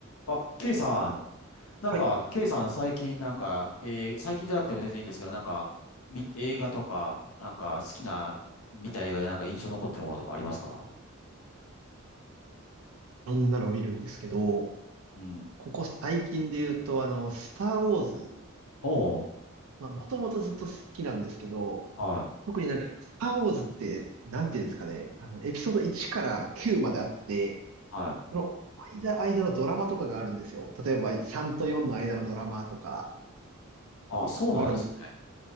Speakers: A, on the left; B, on the right.
A: あ、K さん、なんか、
B: はい。
A: K さん最近なんか、えー最近じゃなくても全然いいんですけど、なんか、み、映画とか、なんか好きな、見た映画でなんか印象残ってるものとかありますか
B: そんなのを見るんですけど、
A: うん。
B: ここ最近で言うと、あの、スター・ウォーズ。
A: おー、
B: まあ、もともとずっと好きなんですけど、
A: はい、
B: 特になんか今、スター・ウォーズって、なんていうんですかね、あの、エピソード1から9まであって、
A: はい。
B: その間、間のドラマとかがあるんですよ。例えば、3と4の間のドラマとか
A: あ、そうなんですね。
B: があるんです。